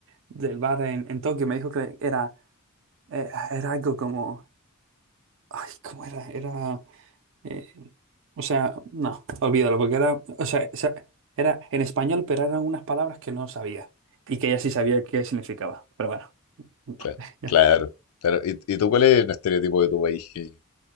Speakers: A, on the right; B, on the left.
A: del bar en, en Tokio, me dijo que era, eh, era algo como... Ay, ¿cómo era? Era... Eh, o sea, no, olvídalo, porque era, o sea, esa- era en español, pero eran unas palabras que no sabía y que ella sí sabía qué significaba. Pero bueno, <laughs>
B: Claro,
A: ya.
B: claro, claro. ¿Y, y tú cuál es el estereotipo de tu país? que-